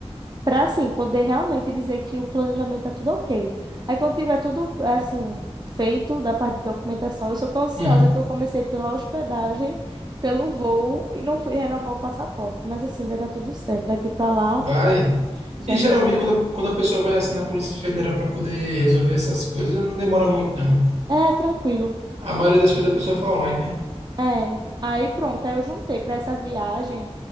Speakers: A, on the right; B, on the right.
A: para assim poder realmente dizer que o planejamento tá tudo ok. Aí quando tiver tudo assim feito da parte de documentação, eu sou tão ansiosa
B: Uhum.
A: que eu comecei pela hospedagem, pelo voo e não fui renovar o passaporte, mas assim vai dar tudo certo. Daqui para lá
B: Vai.
A: já
B: E
A: deu
B: geralmente
A: certo.
B: quando a, quando a pessoa vai assim na Polícia Federal para poder resolver essas coisas, não demora muito, não.
A: É, tranquilo.
B: A maioria das coisas a pessoa faz online, né?
A: É, aí pronto, aí eu juntei para essa viagem